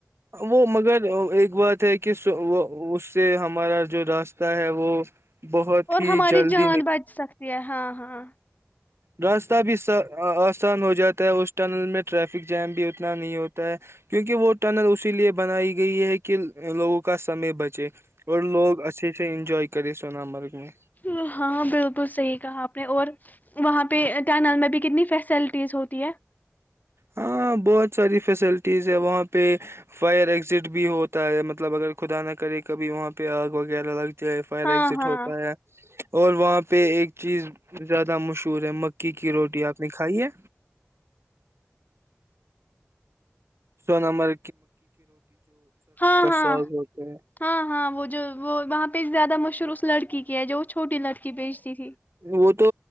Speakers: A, on the right; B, on the left.
A: وہ مگر ایک بات ہے کہ اس سے ہمارا جو راستہ ہے وہ بہت
B: اور
A: ہی
B: ہماری
A: جلدی
B: جان بچ سکتی ہے ہاں ہاں ہاں
A: رستہ بھی س نقسان ہو جاتا ہے اس ٹنل میں ٹریفک جیم بھی اتنا نہیں ہوتا ہے کیونکہ وہ ٹنل اسی لیے بنائی گئی ہے کہ لوگوں کا سمے بچے اور لوگ اچھے سے انجوائے کرے سون مرگ میں
B: ہاں بالکل صحیح کہا آپ نے اور وہاں پہ ٹینل میں بھی کتنی فیسلٹیز ہوتی ہے
A: ہاں بہت ساری فیسلٹیز ہے وہاں پہ فائر ایگزٹ بھی ہوتا ہے مطلب اگر خدا نہ کرے کبھی وہاں پہ آگ وغیرہ لگ ایف آئی آر
B: ہاں
A: ایگزٹ
B: ہاں
A: ہوتا ہے اور وہاں پہ ایک چیز زیادہ مشہور ہے مک کی کی روٹی آپ نے کھائی ہے سو نمبر
B: ہاں ہاں
A: ساگ ہوتا ہے
B: ہاں ہاں وہ جو وہ وہاں پہ زیادہ مشہور اس لڑکی کی ہے جو چھوٹی لڑکی بیچتی تھی
A: وہ تو